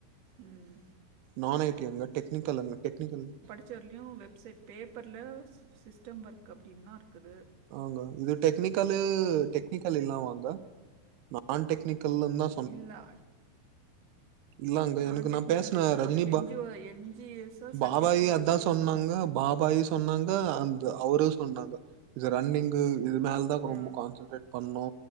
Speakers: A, on the right; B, on the right.
A: ம்
B: நான் ஐட்டி அங்க டெக்னிகல் அங்க டெக்னிக்கல்
A: ச்சர்லயு வெப்சைட் பேப்பர்ல சிஸ்டம் ஒர்க் அப்டின்னா இருக்குது
B: ஆங்க இது டெக்னிக்கலு டெக்னிக்கல் இல்லாமாங்க நான் டெக்னிக்கல்லுன் தா
A: இல்ல
B: இல்லாங்க
A: நான்
B: எனக்கு
A: டெக்னிக்கல்
B: நா பேசுன
A: இல்ல
B: ரஜினி
A: அதுக்கு
B: பா
A: என்ஜிஓ என்ஜிஎஸ்ஸோ சர்டிஃபிகேட்
B: பாபாயி அதா
A: இருக்கணும்
B: சொன்னாங்க பாபாயி சொன்னாங்க அந்த அவரு சொன்னாங்க இது ரன்னிங்கு இது மேலதா ரொம்ப
A: ஆ
B: கான்சன்ட்ரேட் பண்ணோ